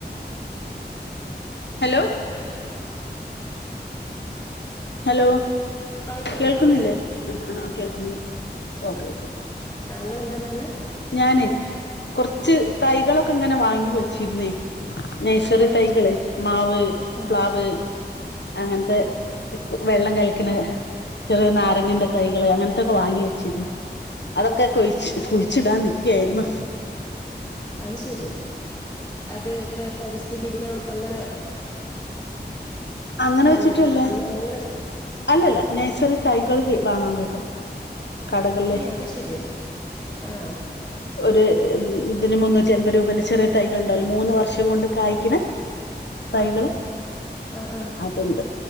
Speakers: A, on the left; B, on the left.
A: hello
B: <inaudible>
A: hello
B: ആ ഇപ്പൊ
A: കേൾക്കുന്നില്ലേ
B: കേക്കുന്നില്ലേ
A: ആ ആ കേൾക്കുന്നു ഓക്കെ ഓക്കേ ക്കെ
B: ആങ്ങളെന്താ പറഞ്ഞത്
A: ഞാനേ കുറച്ച് തൈകളൊക്കെ ഇങ്ങനെ വാങ്ങി വെച്ചിരുന്നേ നൈസറ
B: ആ
A: തൈകള് മാവ്
B: ആ
A: പ്ലാവ് അങ്ങനത്തെ വെള്ളം കളിക്കണ് ചെറിയ നാരങ്ങന്റെ തൈകള് അങ്ങനത്തൊക്കെ വാങ്ങി വെച്ചിരുന്നു അതൊക്കെ കൊഴ കുഴ ച്ചിടാൻ നിക്കയായിരുന്നു
B: അത് ശരി അത് ഇപ്പ പരിസ്ഥിതി ദിനം അങ്ങനെ
A: അങ്ങനെ
B: കൊണ്ടുവരുന്നു
A: വെച്ചിട്ടല്ല
B: അന്ന് അങ്ങനെ സ്കൂ
A: അല്ലല്ല നേഴ്സറി തൈകൾ വാങ്ങാൻ കിട്ടും കടകളില്
B: അയ അത് ശരി ആഹ
A: ഒരു ഇതിന് മുന്നൂറ്റി അൻപത് രൂപേൻറെ ചെറിയ തൈകൾ ഉണ്ടാവല്ലോ മൂന്ന് വർഷം കൊണ്ട് കായ്ക്കണ
B: <inaudible>
A: തൈകള്
B: ആ ആ
A: അത്ണ്ട്